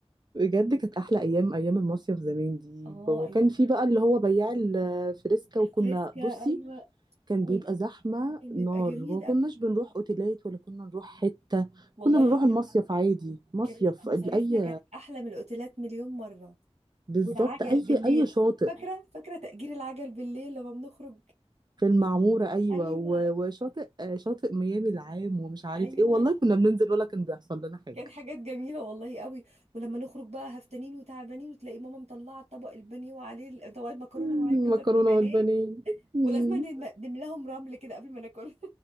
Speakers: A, on the right; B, on the right.
A: بجد كانت احلى ايام ايام المصيف زمان دي
B: اه
A: وكان
B: ايام
A: في بقى اللي هو بياع الفريسكا
B: الفريسكا
A: وكنا بصي
B: ايوه
A: كان
B: وال...
A: بيبقى زحمه
B: بيبقى
A: نار
B: جميل
A: وما كناش
B: قوي
A: بنروح اوتيلات ولا كنا نروح حته
B: والله
A: كنا بنروح المصيف عادي مصيف
B: كانت مصايفنا
A: ال- اي
B: كانت احلى من الاوتيلات مليون مره
A: بالظبط
B: والعجل
A: اي
B: بالليل
A: اي شاطئ
B: فاكره فاكره تأجير العجل بالليل لما بنخرج
A: في المعموره ايوه
B: ايوه
A: و- وشاطئ آه، شاطئ ميامي العام ومش عارف
B: ايوه
A: ايه والله كنا بننزل ولا كان بيحصل لنا حاجه
B: كانت حاجات جميله والله قوي ولما نخرج بقى هفتانين وتعبانين وتلاقي ماما مطلعه طبق البانيه وعليه طبق المكرونه
A: مم،
B: وعليه قطعه
A: مكرونه
B: البانيه
A: والبانيه مم،
B: ولازم نم- نملاهم رمل كده قبل ما ناكل